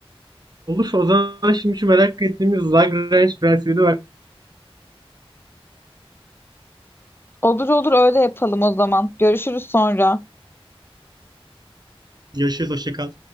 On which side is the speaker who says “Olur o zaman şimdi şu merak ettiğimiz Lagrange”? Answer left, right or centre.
Right